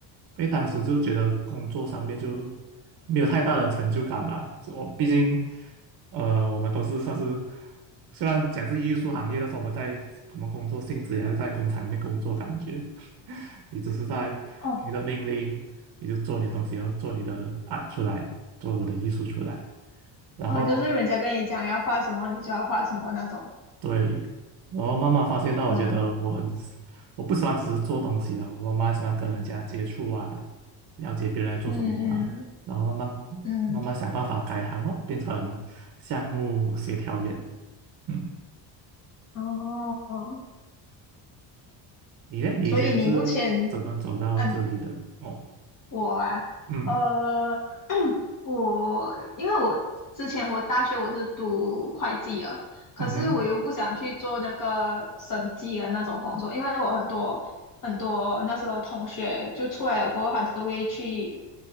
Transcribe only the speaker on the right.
因为当时就觉得工作上面就没有太大的成就感吧，我毕竟。呃，我们都是算是，虽然讲是艺术行业，但是我们在我们工作性质也是在工厂里面工作，感觉 <laughs> 你只是在听着命令，
你就做你的东西，然后做你的 art 出来，做我的艺术出来。然后
对，然后慢慢发现到，我觉得我很，
我不喜欢只是做东西了，我蛮喜欢跟人家接触啊，了解别人在做什么啊，
然后慢慢慢慢想办法改行咯，
变成项目协调员。嗯。
你呢？你以前是怎么走到这里的？
哦，
嗯
嗯哼